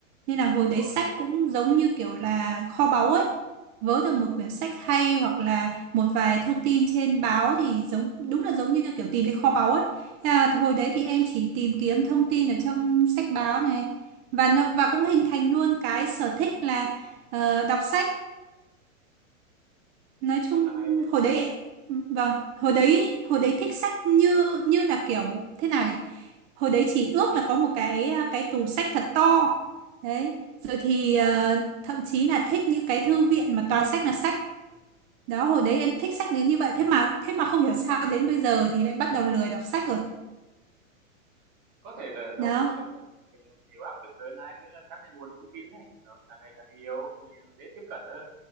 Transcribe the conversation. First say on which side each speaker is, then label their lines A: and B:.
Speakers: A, on the right; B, on the right.
A: nên là hồi
B: đúng
A: đấy
B: rồi
A: sách cũng giống như kiểu là kho báu ấy. Vớ được một quyển sách hay hoặc là một vài thông tin trên báo thì giống đúng là giống như kiểu tìm thấy kho báu ấy. Thế là hồi đấy thì em chỉ tìm kiếm thông tin ở trong sách báo này và nó, và cũng hình thành luôn cái sở thích là ờ, đọc sách nói
B: cũng
A: chung
B: rất là hay đấy
A: hồi đấy vâng hồi đấy hồi đấy thích sách như như là kiểu thế nào nhỉ hồi đấy chỉ ước là có một cái cái tủ sách thật to đấy rồi thì ờ, thậm chí là thích những cái thư viện mà toàn sách là sách đó hồi đấy em thích sách đến như vậy thế mà thế mà không hiểu sao đến bây giờ thì lại bắt đầu lười đọc sách rồi
B: có thể là do
A: đó
B: cuộc sống của mình thì nó nhiều áp lực hơn hai nữa là các cái nguồn thông tin này nó càng ngày càng nhiều mình dễ tiếp cận hơn